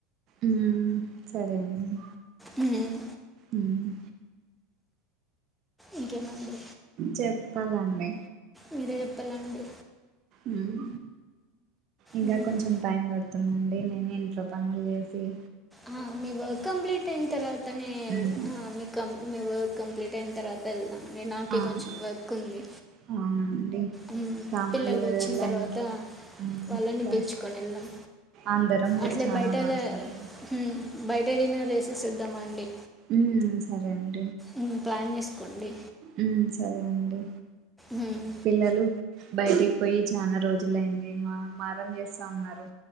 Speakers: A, on the right (about 45°); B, in the centre.
A: ఉహ్మ్ సరే అండి
B: హ్మ్.
A: ఉహ్మ్
B: ఇంకేమండి
A: చెప్పాలండి
B: మీరే చెప్పాలండి
A: ఉహ్మ్ ఇంకా
B: మ్మ్.
A: కొంచెం టైం పడుతుందండి. నేను ఇంట్లో పనులు చేస్ ఏ
B: ఆ మీ వర్క్ కంప్లీట్ అయిన తర్వాతనే
A: మ్మ్
B: ఆ మీ కంప్ కంప్లీట్ అయిన తర్వాత వెళ్దాం. నాకే
A: ఆ
B: కొంచెం వర్క్ ఉంది.
A: అవునండి
B: ఉహ్మ్
A: సామాన్లు
B: పిల్లలు
A: కడగల్ల
B: వచ్చిన తర్వాత
A: ఇంట్లో
B: వాళ్ళని
A: ఇంకా
B: పిలుచుకొని వెళ్దాం
A: అందరం ఊరి
B: అట్లే
A: చానా
B: బయటెల
A: బాగుంటుందండి
B: ఉహ్మ్ బయటే డిన్నర్ చేసేసిద్దామ అండి.
A: ఉమ్ సరే అండి.
B: ఉహ్మ్ ప్లాన్ చేస్త్ కోండి
A: ఉహ్మ్ సరే అండి
B: మ్మ్.
A: పిల్లలు బయటికి పోయి చానా రోజులయింది మా మారం చేస్తా ఉన్నారు.